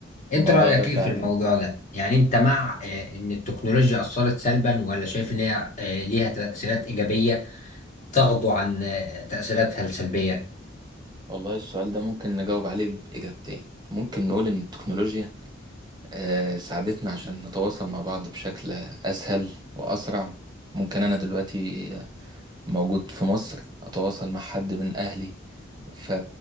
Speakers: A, on the left; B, on the right.
A: انت
B: الموضوع
A: رايك
B: ده فعلا
A: ايه في الموضوع ده يعني انت مع آه، ان التكنولوجيا اثرت سلبا ولا شايف ان هي آه، ليها تاثيرات ايجابيه تغضو عن آه، تاثيراتها السلبيه
B: والله السؤال ده ممكن نجاوب عليه بإجابتين ممكن نقول ان التكنولوجيا آه، ساعدتنا عشان نتواصل مع بعض بشكل اسهل واسرع ممكن انا دلوقتي موجود في مصر اتواصل مع حد من اهلي ف-